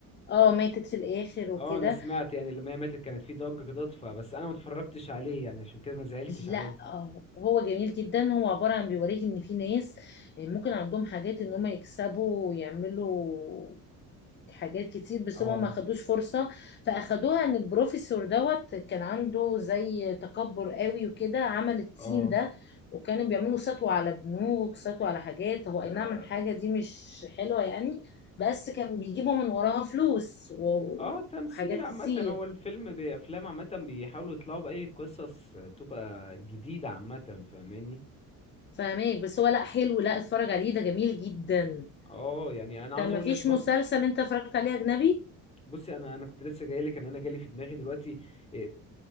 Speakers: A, on the left; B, on the left.
A: اه ماتت في الآخر وكده
B: اه انا سمعت يعني لما هي ماتت كانت في ضجة كده فبس انا ما اتفرجتش عليه يعني عشان كده ما زعلتش عادي
A: لا آه، هو جميل جدا هو عبارة عن بيوريك ان في ناس آه، ممكن عندهم حاجات ان هم يكسبوا ويعملوا حاجات كتير بس
B: اه
A: هما ما خدوش فرصة فأخدوها إن البروفيسور دوت كان عنده زي تكبر قوي وكده عمل التيم
B: اه
A: ده وكانوا بيعملوا سطو على بنوك سطو على حاجات هو
B: ده
A: أي نعم الحاجة دي مش حلوة يعني بس كان بيجيبوا من وراها فلوس و-
B: اه تمثيل
A: وحاجات
B: عامة
A: كتير
B: هو الفيلم بأفلام عامة بيحاولوا يطلعوا بأي قصص تبقى جديدة عامة فاهماني
A: فاهمك بس هو لا حلو لا اتفرج عليه ده جميل جدا
B: اه يعني أنا عاوز
A: طب ما
B: أقولك
A: فيش
B: برضه
A: مسلسل انت اتفرجت عليه اجنبي
B: بصي أنا أنا كنت لسه جايلك إن أنا جالي في دماغي دلوقتي إيه،